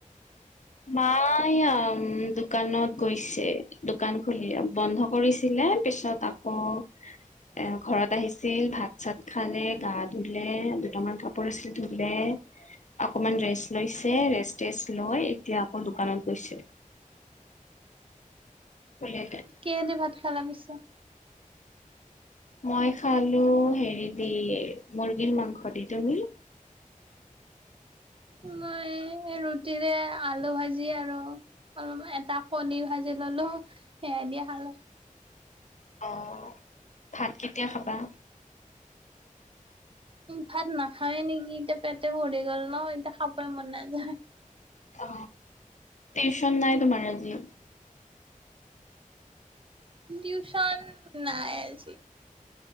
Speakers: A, on the left; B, on the right.
A: বা এয়া দোকানত গৈছে দোকান খুলি বন্ধ কৰিছিলে পিছত আকৌ অঁ এ ঘৰত আহিছিল ভাত চাত খালে গা ধোলে দুটামান কাপোৰ আছিল দে অকমান ৰেষ্ট লৈছে ৰেষ্ট টেষ্ট লৈ এতিয়া আকৌ দোকানত গৈছে খোলিলে
B: কিহে দি ভাত খালা পিছে
A: মই খালো হেৰি দি মুৰ্গীৰ মাংস দি তুমি?
B: মই ৰুটিৰে আলু ভাজি আৰু অলপ এটা কণী ভাজি ললো সেয়াই দি খালো
A: অ ভাত কেতিয়া খাবা
B: ভাত নাখাওয়ে নেকি এতিয়া পেটে ভৰি গল ন এতিয়া খাবই মন নাযায়
A: অ টিউচন নাই তোমাৰ আজি
B: টিউচন নাই আজি